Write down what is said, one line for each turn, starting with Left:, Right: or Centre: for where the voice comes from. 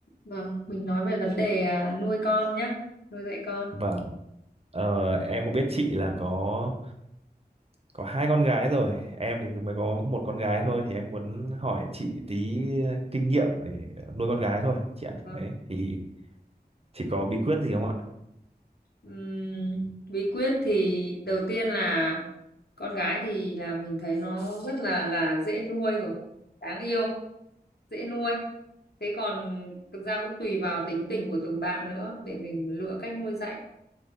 Left: Vâng, mình nói về vấn đề à, nuôi con nhá, nuôi dạy con.
Right: Vâng, ờ, em cũng biết chị là có có hai con gái rồi, em thì mới có một con gái thôi thì em muốn hỏi chị tí kinh nghiệm để nuôi con gái thôi chị ạ.
Left: Vâng.
Right: Đấy thì chị có bí quyết gì không ạ?
Left: Ừm, bí quyết thì đầu tiên là con gái thì là mình thấy nó rất là là dễ nuôi rồi, đáng yêu, dễ nuôi. Thế còn thực ra cũng tùy vào tính tình của từng bạn nữa để mình lựa cách nuôi dạy.